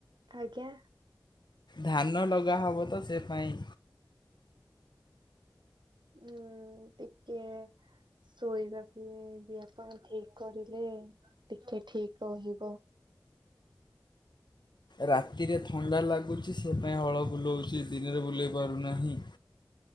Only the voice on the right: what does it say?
ଆଜ୍ଞା
ହୁଁ, ଟିକେ ଶୋଇବାବି ବି ଆପଣ ଠିକ୍ କରିଲେ ଟିକେ ଠିକ୍ ରହିବ।